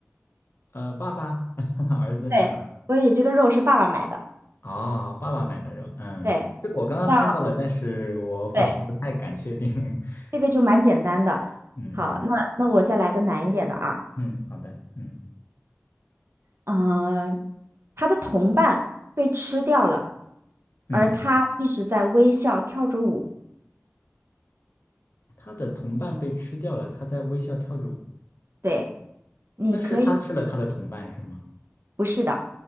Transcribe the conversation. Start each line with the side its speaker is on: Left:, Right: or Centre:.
Left: 呃，爸爸、<laughs> 儿子、
Right: 对，
Left: 女儿。
Right: 所以这个肉是爸爸买的。
Left: 哦，爸爸买的肉，嗯，
Right: 对，
Left: 这我刚刚猜到了，
Right: 这样
Left: 但是我不
Right: 对，
Left: <laughs> 不太敢确定。<laughs>
Right: 这个就蛮简单的。
Left: 嗯嗯
Right: 好，那那我再来个难一点的啊。
Left: 嗯，好的，嗯
Right: 嗯，他的同伴被吃掉了，
Left: 嗯，
Right: 而他一直在微笑跳着舞。
Left: 他的同伴被吃掉了，他在微笑跳着舞，
Right: 对，你可以，
Left: 那是他吃了他的同伴是吗？
Right: 不是的。